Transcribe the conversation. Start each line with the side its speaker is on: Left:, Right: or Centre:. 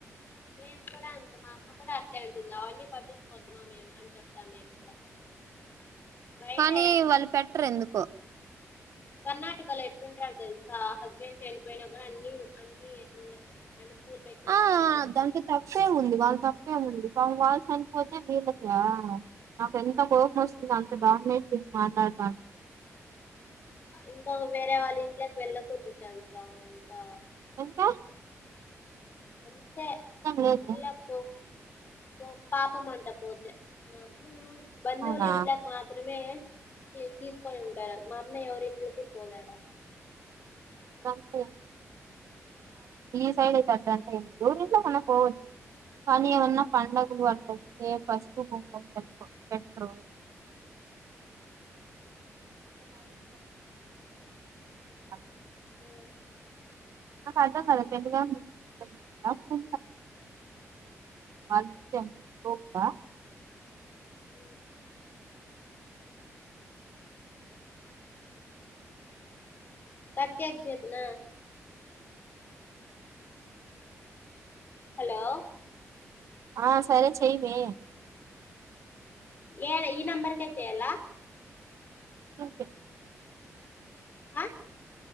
Left: మేము కూడా అంత మా అమ్మ కూడా అట్లే అంటుంది అవన్నీ పట్టించుకోద్దుమా మేము అని చెప్తాం మేము కూడా బయటా
Right: కానీ వాళ్ళు పెట్టరు ఎందుకో
Left: కర్ణాటకలో ఎట్లుంట ట్టారు తెలుసా హస్బెండ్ చనిపోయినా కూడా అన్ని అన్ని ఎట్ండ అన్నీ పూలు పెట్టుకుంటారు
Right: ఆ
Left: కుంకాలు పెటు
Right: దాంట్లో తప్పేం ఉంది వాళ్ళ తప్పేం ఉంది కాదు వాళ్ళ చనిపోతే వీళ్ళకీ ఆ నాకు ఎంత కోపం వస్తది అంటే డామినేట్ చేసి మాట్లాడతాను
Left: ఇంకా వేరే వాళ్ళ ఇంట్లోకి వెళ్ళకూడదు తెలుసా ఇంకా
Right: ఎంత
Left: అంతే
Right: లేదే
Left: ఇలాపో పో పాపమంట పోతే అమ్మా బందవళ్ళ
Right: అవునా
Left: ఇంట్లక్ మాత్రమే తీసుకొని ఉంటార మా అమ్మ ఎవరింటికి పోతాడా
Right: అట్లంటే ఈ సైడ్ అయితే అట్లాంటే ఏ దూ ఇంలో మన పోవచ్చు కానీ ఏమన్నా పండగలు అట్లా వస్తే ఫస్టు పెట్రో అ
Left: ఓ
Right: నాకు అర్థం కదా పెగాప్పు వాళ్ళచ్చకుడా
Left: అ కట్టజ అదునా హలో
Right: ఆ సరే చెవే
Left: ఏ ఈ నంబర్కే చేయాల
Right: ఓకే
Left: ఆ